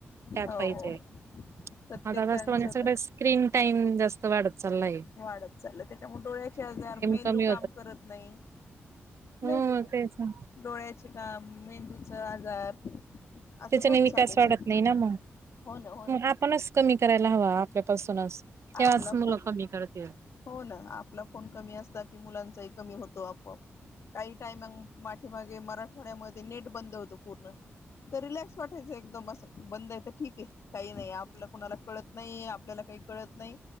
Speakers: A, on the right; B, on the left.
A: टॅप
B: हो
A: पाहिजे
B: हो प्रत्येकांचं
A: आता जास्त म्हणजे सगळ
B: तर
A: स्क्रीन टाइम जास्त वाढत चालला ये.
B: वाढत चाललं त्याच्यामुळे डोळ्याचे आजार मेंदू
A: कमी
B: काम करत नाही. नाही
A: हो हो तेच ना
B: डोळ्याचे काम मेंदूचा आजार. असं
A: त्याचाने
B: होत
A: विकास
B: चाललंय
A: वाढत
B: त्या
A: नाही ना मग.
B: हो ना हो ना.
A: आपणच कमी करायला हवा आपल्यापासूनच. तेव्हाच
B: आपला
A: मुलं
B: फोन
A: कमी करतील.
B: हो ना, आपला फोन कमी असला की मुलांचाही कमी होतो आपोआप. काही टायम पाठीेमागे मराठवाड्यामध्ये नेट बंद होत पूर्ण. रिलॅक्स वाटायचं एकदम अस बंद ये तर. ठीक आहे काही नाही आपलं कुणाला कळत नाही, आपल्याला काही कळत नाही